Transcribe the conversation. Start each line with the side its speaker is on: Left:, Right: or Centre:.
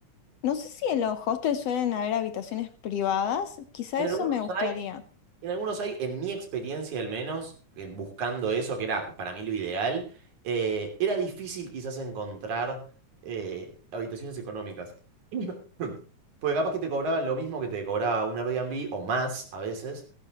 Left: No sé si en los hostels suelen haber habitaciones privadas, quizá
Right: En
Left: eso
Right: algunos
Left: me gustaría.
Right: hay, En algunos hay, en mi experiencia al menos, en buscando eso, que era para mí lo ideal, eh, era difícil quizás encontrar eh, habitaciones económicas. <clears throat> Porque capaz que te cobraban lo mismo que te cobraba un Airbnb o más a veces,